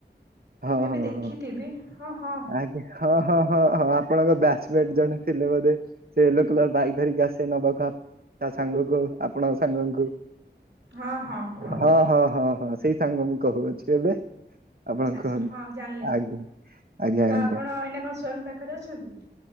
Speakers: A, on the right; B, on the right.
A: ହଁ
B: ମୁଁ ବି
A: ହଁ
B: ଦେଖିଥିବି
A: ହଁ
B: ହଁ ହଁ
A: ଆ୍ା ହଁ ହଁ ହଁ ହଁ ଆପଣଙ୍କ ବ୍ୟାଚମେଟ ଜଣେ ଥିଲେ ବୋଧେ ସେ ୟେଲୋ କଲର ବାଇକ୍ ଧରିକି ଆସେ ନବାକୁ ତା ସାଙ୍ଗକୁ, ଆପଣଙ୍କ ସାଙ୍ଗଙ୍କୁ
B: ହଁ ହଁ। ଆଚ୍ଛା
A: ହଁ ହଁ ହଁ ହଁ ସେଇ ସାଙ୍ଗ ମୁଁ କହୁଅଛି। ଏବେ ଆପଣ
B: ଆଚ୍ଛା
A: କୁହନ୍ତୁ?
B: ହଁ ଜାଣିଲି
A: ଆଜ୍ଞା। ଆଜ୍ଞା
B: ତ
A: ଆଜ୍ଞା
B: ଆପଣ ଏଇନା କଣ ସ୍ଵୟଂ ପାଖରେ ଅଛନ୍ତି।